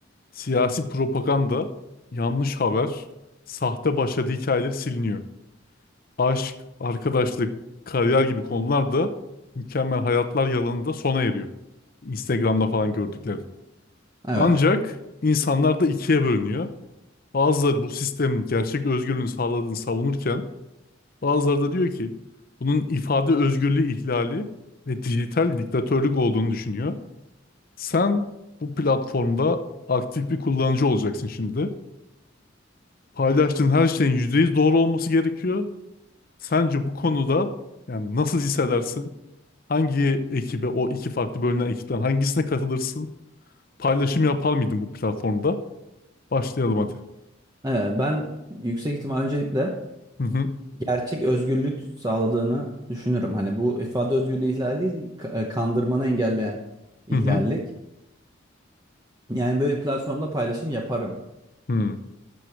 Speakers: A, on the left; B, on the right.
A: Siyasi propaganda, yanlış haber, sahte başarı hikayeleri siliniyor. Aşk, arkadaşlık, kariyer gibi konular da mükemmel hayatlar yalanında sona eriyor. Instagram'da falan gördüklerin.
B: Evet.
A: Ancak insanlar da ikiye bölünüyor. Bazıları bu sistemin gerçek özgürlüğünü sağladığını savunurken bazıları da diyor ki bunun ifade özgürlüğü ihlali ve dijital diktatörlük olduğunu düşünüyor. Sen bu platformda aktif bir kullanıcı olacaksın şimdi Paylaştığın her şeyin %100 doğru olması gerekiyor. Sence bu konuda yani nasıl hissedersin? Hangi ekibe, o iki farklı bölünen ekipten hangisine katılırsın? Paylaşım yapar mıydın bu platformda? Başlayalım hadi.
B: Evet, ben yüksek ihtimal öncelikle
A: Hı hı
B: gerçek özgürlük sağladığını düşünürüm. Hani bu ifade özgürlüğü ihlali değil, ka- e, kandırmanı engelleyen ihlallik.
A: hı hı
B: Yani böyle bir platformda paylaşım yaparım.
A: hı